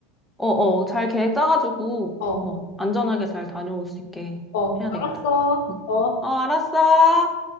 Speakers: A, in the centre; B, on the left.
A: 어, 어, 잘 계획 짜가지고,
B: 어,
A: 어, 안전하게 잘 다녀올 수 있게
B: 어,
A: 해야 되겠다.
B: 알았어.
A: 응.
B: 어.
A: 어, 알았어.